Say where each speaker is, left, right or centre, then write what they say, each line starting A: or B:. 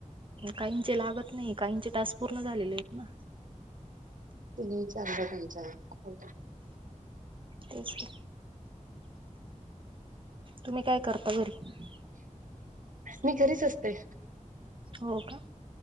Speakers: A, on the right; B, on the right.
A: काहींचे लागत नाही काहींचे टास्क पूर्ण झालेले आहेत न.
B: तिघींच्या दोघींच्या <unintelligible>
A: तेस का तुम्ही काय करता घरी
B: मी घरीच असते
A: हो का